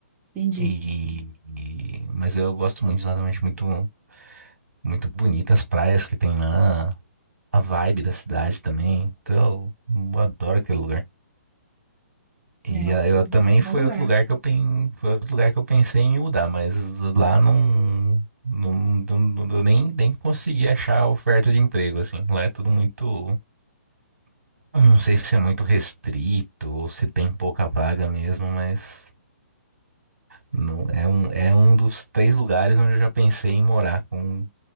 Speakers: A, on the right; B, on the right.
A: entendi.
B: E, e- mas eu gosto muito de lá também, acho muito, muito bonita as praias que tem lá, a vibe da cidade também. Então, eu adoro aquele lugar. E
A: É um,
B: a- eu também
A: um bom
B: foi
A: lugar.
B: outro lugar que eu pen, foi outro lugar que eu pensei em me mudar, mas lá não, não, não, não- eu nem, nem consegui achar oferta de emprego assim. Lá é tudo muito, eu não sei se é muito restrito ou se tem pouca vaga mesmo, mas Não, é um, é um dos três lugares onde eu já pensei em morar, com